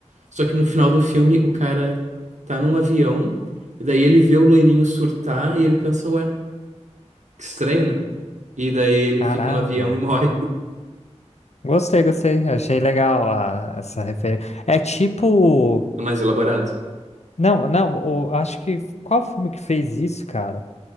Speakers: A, on the right; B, on the left.
A: Só que no final do filme, o cara tá num avião, e daí ele vê o loirinho surtar e ele pensa, ué, que estranho, né? E daí ele
B: Caramba.
A: fica no avião e morre. <laughs>
B: Gostei, gostei. Achei legal a- essa referência. É tipo.
A: É mais elaborado.
B: Não, não, o- acho que qual filme que fez isso, cara?